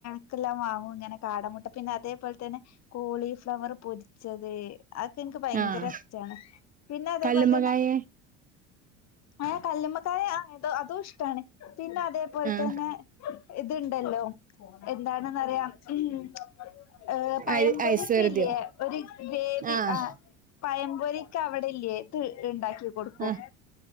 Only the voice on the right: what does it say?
ആഹ്
കല്ലുമ്മക്കായ
ആഹ്
ഐ ഐശ്വര്യതയോ
ആഹ്
ആഹ്